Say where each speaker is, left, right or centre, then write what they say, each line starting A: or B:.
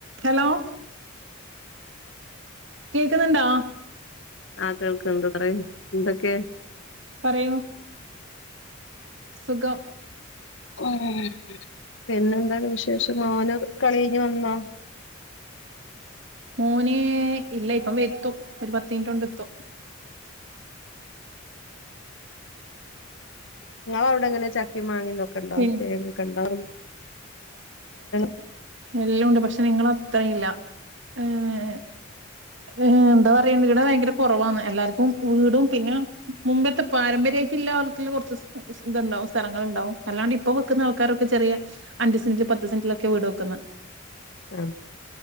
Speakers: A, on the right; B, on the left.
A: Hello കേക്കുന്ന്ണ്ടോ?
B: ആഹ് കേൾക്ണ്ട്, പറി. എന്തൊക്കെ?
A: പറയൂ സുഖം
B: ഏഹ്. പിന്നെന്താണ് വിശേഷം, മോന് കള്യയ്ഞ്ഞ് വന്നോ?
A: മോന് ഇല്ല ഇപ്പം വെത്തും ഒരു പത്തിൻറ്റോണ്ട് എത്തും.
B: ഇങ്ങളവ്ടെ എങ്ങനെ ചക്കിം മാങ്ങിം തൊക്കെ ണ്ടോ?
A: പിന്നെ
B: തേങ്ങ്യെക്കെണ്ടോ <unintelligible>
A: എല്ലൂണ്ട്. പക്ഷെ നിങ്ങളെ അത്രയില്ല. ഏഹ് ഹേ എന്താ പറയണ്ട് ഈടെ ഭയങ്കര കൊറവാന്ന് എല്ലാർക്കും വീടും പിന്നെ മുമ്പത്തെ പാരമ്പര്യായ്റ്റില്ലാ ക്കിൽ കുറച്ച് സ് സ് ഇതുണ്ടാവും സ്ഥലങ്ങള് ണ്ടാവും അല്ലാണ്ട് ഇപ്പൊ വെക്കുന്ന ആൾക്കാരൊക്കെ ചെറിയ അഞ്ച് സെന്റ പത്ത് സെന്റിലൊക്കെ വീട് വെക്കുന്നെ.
B: ആഹ്.